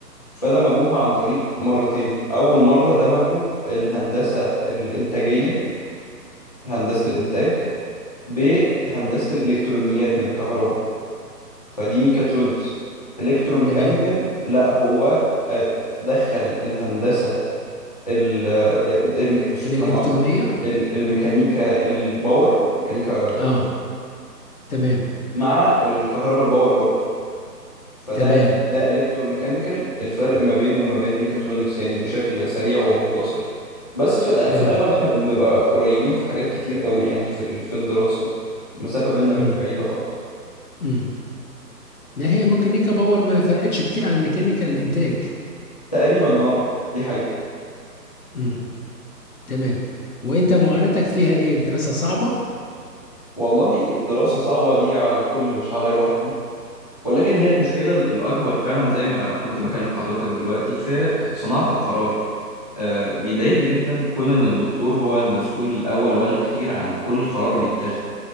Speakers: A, on the left; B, on the left.
A: فدمجوها عن طريق مرتين أول مرة دمجوا الهندسة الإنتاجية هندسة الإنتاج بهندسة الإلكترونيات من كهرباء فدي ميكاترونكس الكتروميكانيكال
B: تمام
A: لا هو آه، دخل الهندسه ال- آه، آه، ميك- س-
B: الالكترونية
A: لا مؤاخذه ال- الميكانيكا الباور ميكانيكا القوة،
B: اه تمام
A: مع الكهرباء الباور برضو فده
B: تمام
A: ده الكتروميكانيكال الفرق ما بينه وما بين ميكاترونكس يعني بشكل سريع ومختصر بس في الأ-
B: تمام
A: في الاغلب احنا بنبقى قريبين في حاجات كتير قوي يعني في ال- في الدراسه المسافه بيننا مش
B: امم
A: بعيده خالص
B: امم ما هي ميكانيكا باور ما فرقتش كتير عن ميكانيكا الانتاج
A: تقريبا اه دي حقيقه
B: امم تمام وانت معاناتك فيها ايه الدراسة صعبة
A: والله الدراسة صعبة دي على الكل مش عليا لوحدي ولكن هي المشكلة ال- الأكبر فعلا زي ما كنت بكلم حضرتك دلوقتي في صناعة القرار آه، بيضايقني جدا كون إن الدكتور هو المسؤول الأول والأخير عن كل قرار بيتاخد